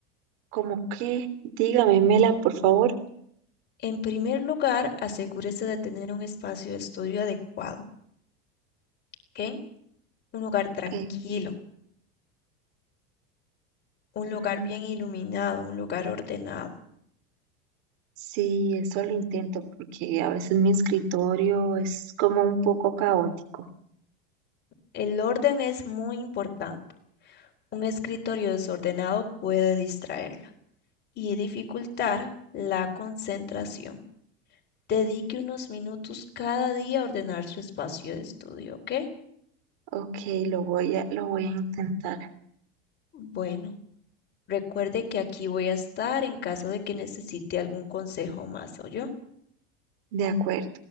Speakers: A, on the right; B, on the left.
A: Como que, dígamela, por favor.
B: En primer lugar, asegúrese de tener un espacio de estudio adecuado, ¿ok? Un lugar tranquilo,
A: Ok.
B: un lugar
A: Mm,
B: bien iluminado, un lugar ordenado.
A: Sí, eso lo intento porque a veces mi escritorio es como un poco caótico.
B: El orden es muy importante. Un escritorio desordenado puede distraerla y dificultar la concentración. Dedique unos minutos cada día a ordenar su espacio de estudio, ¿ok?
A: Ok, lo voy a, lo voy a intentar.
B: Bueno, recuerde que aquí voy a estar en caso de que necesite algún consejo más, yo.
A: De acuerdo.